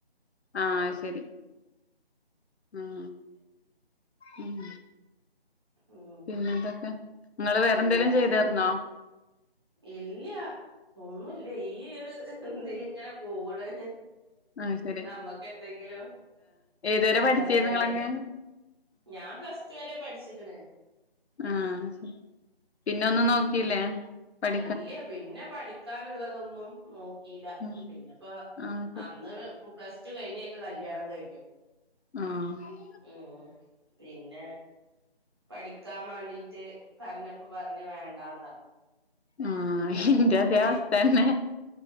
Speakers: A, on the left (about 85°); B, on the right (about 25°).
A: ആഹ്
B: ഉ
A: അത് ശരി ഉം ഉം
B: ഉം
A: പിന്നെ എന്തൊക്കെ നിങ്ങള്ൾ വേറെ
B: പിന്നെ
A: എന്തെലും ചെയ്തരുന്നോ
B: ഇല്ല ഒന്നുമില്ല ഈ എന്തലും ഇങ്ങനെ പോണ്
A: അത് ശരി
B: നമ്മക്ക് എന്തെങ്കിലും ഇത്ണ്ടായാലേ
A: വേറെ പഠിച്ചേവങ്ങളൊക്കെ
B: ഞാൻ പ്ലസ് ടു വരെ പഠിച്ചിക്കണ്
A: ആഹ ശ പിന്ന ഒന്നും
B: പിന്നെ
A: നോക്കില്ലേ പഠ
B: ഇല്ല പിന്നെ പഠിക്കാൻ തൊന്നും നോക്കി
A: ഉം
B: പിന്നെപ്പോ
A: ആഹ് ശരി.
B: അന്ന് പ്ല പ്ലസ് റ്റു കഴിഞ്ഞക്ക് കല്യാണം കഴിഞ്ഞു
A: ആഹ്
B: ഉ പിന്നെ പഠിക്കാൻ വേണ്ടിട്ട് പറഞ്ഞപ്പ പറഞ്ഞ് വേണ്ടാന്ന് പറഞ്ഞു
A: ആഹ്
B: അതോടുകൂടി
A: ഇന്റെ അതേ അവസ്ഥന്നെ